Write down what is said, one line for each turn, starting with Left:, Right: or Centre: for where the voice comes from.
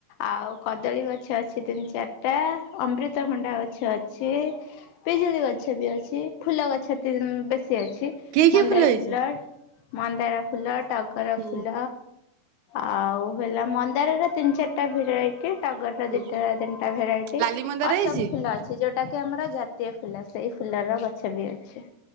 Left: ଆଉ କଦଳୀ ଗଛ ଅଛି ତିନି ଚାରିଟା ଅମୃତଭଣ୍ଡା ଗଛ ଅଛି। ପିଜୁଳି ଗଛ ବି ଅଛି ଫୁଲ ଗଛ ତିନ ବେଶୀ ଅଛି।
Right: କି କି
Left: ମନ୍ଦାର
Right: ହେଇଛି?
Left: ଫୁଲ ମନ୍ଦାର ଫୁଲ ଟଗର
Right: ହୁଁ
Left: ଫୁଲ। ଆଉ ହେଲା ମନ୍ଦାରରେ ତିନି ଚାରିଟା ଭିଡ଼ରାଇଟ କି ଟଗର ର
Right: ହୁଁ
Left: ଦିଟା ତିନିଟା ଭେରାଇଟି
Right: ଲାଲି ମନ୍ଦାର
Left: ଅସକ
Right: ହେଇଛି
Left: ଫୁଲ ଅଛି ଛି ଯୋଉଟା କି ଆମର ଜାତୀୟ ଫୁଲ ସେଇ ଫୁଲର ଗଛ ବି ଅଛି।